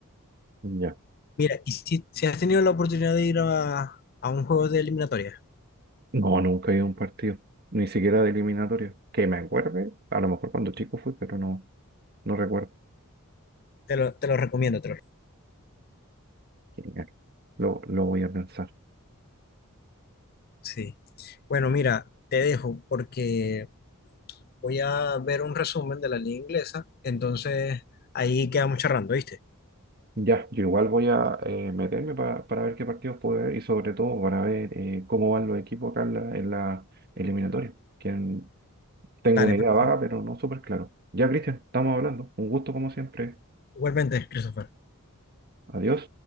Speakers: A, on the right; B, on the left.
A: Ya.
B: Mira, y si, si has tenido la oportunidad de ir a, a un juego de eliminatoria,
A: No, <laughs> nunca he ido a un partido, ni siquiera de eliminatoria. Que me acuerde, a lo mejor cuando chico fui, pero no, no recuerdo.
B: te lo, te lo recomiendo, te lo-
A: Genial. Lo, lo voy a pensar.
B: Sí. Bueno, mira, te dejo porque voy a ver un resumen de la liga inglesa. Entonces, ahí quedamos charlando, ¿viste?
A: Ya, yo igual voy a eh, meterme pa- para ver qué partidos puedo ver y sobre todo para ver eh, cómo van los equipos acá en la, en la eliminatoria. ¿Quién, Tengo
B: Dale,
A: una
B: pues.
A: idea vaga, pero no súper claro. Ya, Cristian, estamos hablando. Un gusto como siempre.
B: Igualmente, Christopher.
A: Adiós.